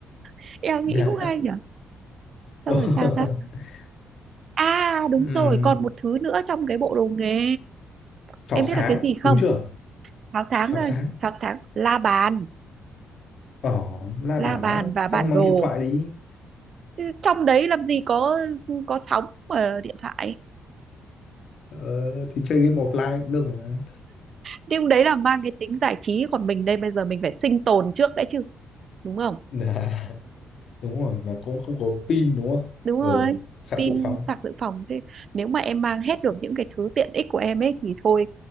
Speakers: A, on the right (about 55°); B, on the left (about 60°).
A: <laughs> em
B: Dạ.
A: nghĩ cũng hay nhỉ xong
B: <laughs>
A: rồi sao ta à đúng
B: Ừm,
A: rồi còn một thứ nữa trong cái bộ đồ nghề
B: pháo
A: em
B: sáng,
A: biết là cái gì
B: đúng
A: không
B: chưa?
A: pháo sáng
B: Pháo
A: là-
B: sáng.
A: pháo sáng la bàn
B: ờ la
A: la
B: bản
A: bàn
B: đó,
A: và
B: xong
A: bản
B: mang
A: đồ
B: điện thoại đi.
A: Chứ trong đấy làm gì có có sóng ở điện thoại
B: Ờ, thì chơi game offline cũng được mà.
A: nhưng đấy là mang cái tính giải trí còn mình đây bây giờ mình phải sinh tồn trước đã chứ đúng không
B: Dạ, đúng rồi mà cũng không có pin đúng không?
A: đúng
B: Ờ,
A: rồi
B: sạc
A: pin
B: dự phòng.
A: sạc dự phòng thế nếu mà em mang hết được những cái thứ tiện ích của em ấy thì thôi